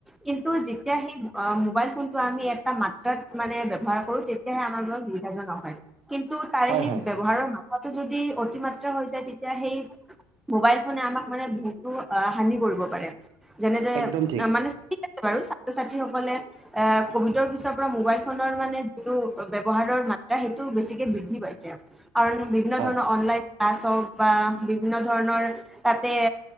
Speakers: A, in the centre; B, on the right.
A: কিন্তু যেতিয়া সেই মোবাইল ফোনটো আমি এটা মাত্ৰাত মানে ব্য্ৱহাৰ কৰো তেতিয়াহে আমাৰ বাবে সুবিধাজনক হয় কিন্তু তাৰে
B: হয়
A: সেই
B: হয়
A: ব্যৱহাৰৰ মান তাতে যদি যদি অতিমাত্ৰা হৈ যায় তেতিয়া সেই মোবাইল ফোনে আমাক মানে বহুতো হানি কৰিব পাৰে যেনেদৰে
B: একদম ঠিক
A: ইচি আছে বাৰু ছাত্ৰ ছাত্ৰীসকলে এ কভিডৰ পিছৰ পৰা মোবাইল ফোনৰ মানে যিটো ব্যৱহাৰৰ মাত্ৰা সেইটো বেছিকে বৃদ্ধি পাইছে কাৰণ বিভিন্ন
B: হয়
A: ধৰণৰ অনলাইন ক্লাছ বা বিভিন্ন ধৰণৰ তাতে